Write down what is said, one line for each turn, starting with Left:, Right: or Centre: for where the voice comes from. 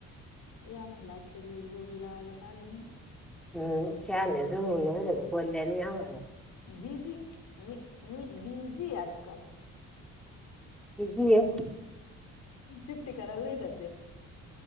Left: या म्हणलं आजच्या दिवस गोबी लावायला आले नाही
Centre: हम्म शानान जाऊन बोलल्याने आ <inaudible>
Left: बिझी बिझी आजकाल
Centre: बिझी आहे
Left: चिठ्ठी करायले नाही सध्यास